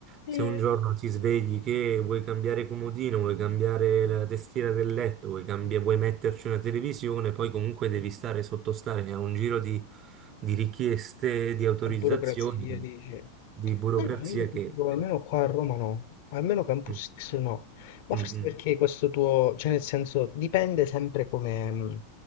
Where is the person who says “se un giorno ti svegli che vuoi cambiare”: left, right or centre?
Right